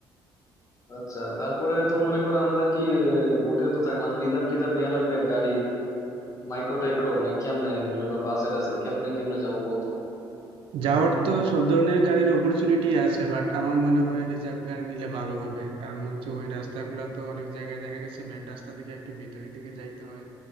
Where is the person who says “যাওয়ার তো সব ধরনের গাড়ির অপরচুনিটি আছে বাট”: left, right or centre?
Right